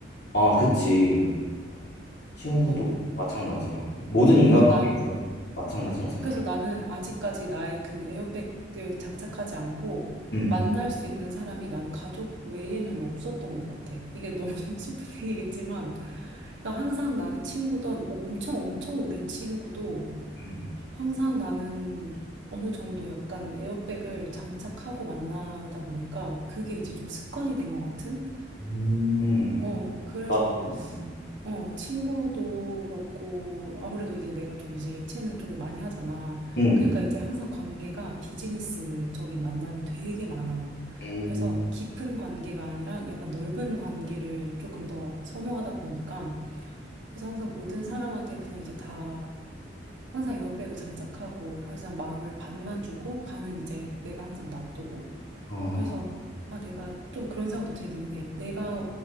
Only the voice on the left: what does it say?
아, 그치. 친구도
마찬가지야. 모든 인간관계에서는
마찬가지라 생각해.
응.
응.
응.
음.
나도, 응.
응.
음.
어.